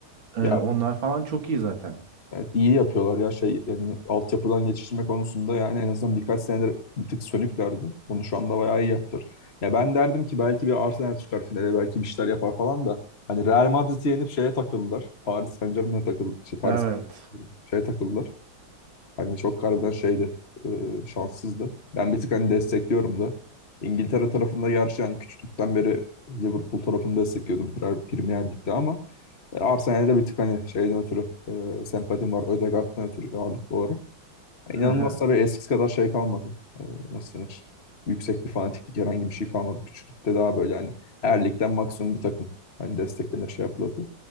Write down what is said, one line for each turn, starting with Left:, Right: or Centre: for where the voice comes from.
Right: E,
Left: Ya
Right: onlar falan çok iyi zaten.
Left: Evet, iyi yapıyorlar ya şey yani altyapıdan geçiştirme konusunda yani en azından birkaç senedir bir tık sönüklerdi. Bunu şu anda bayağı iyi yaptılar. Ya ben derdim ki belki bir Arsenal çıkar finale belki bir şeyler yapar falan da hani Real Madrid'i yenip şeye takıldılar. Paris Saint-Germain'e takıl şey Paris
Right: Evet.
Left: şeye takıldılar. Hani çok harbiden şeydi, e, şanssızdı. Ben bir tık hani destekliyorum da. İngiltere tarafında gerçi yani küçüklükten beri Liverpool tarafını destekliyordum Pre- Premier Lig'de ama e, Arsenal'e de bir tık hani şeyden ötürü e, sempatim var. Ødegaard'dan ötürü ağırlıklı olarak. Yani
Right: Hı
Left: inanılmaz tabii eskisi kadar şey kalmadı. E, nasıl denir? Yüksek bir fanatiklik herhangi bir şey kalmadı. Küçüklükte daha böyle hani her ligden maksimum bir takım. Hani desteklenir şey yapılırdı.